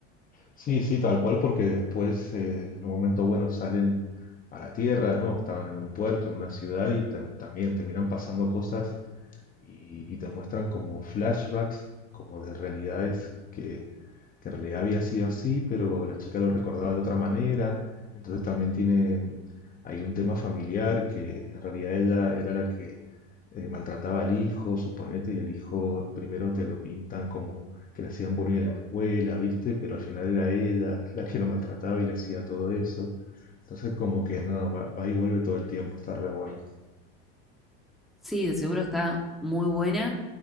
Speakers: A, on the left; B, in the centre.
A: Sí, sí, tal cual, porque después, eh, en un momento bueno, salen a la tierra, de nuevo, estaban en un puerto, en una ciudad y tam- también terminan pasando cosas y, y te muestran como flashbacks, como de realidades que, que en realidad había sido así, pero la chica lo recordaba de otra manera. Entonces también tiene hay un tema familiar que en realidad ella era la que eh, maltrataba al hijo, suponete, y el hijo primero te lo pintan como que le hacían bullying en la escuela, ¿viste? Pero al final era ella la que lo maltrataba y le hacía todo eso. Entonces como que no, va, va y vuelve todo el tiempo, está re bueno.
B: Sí, de seguro está muy buena,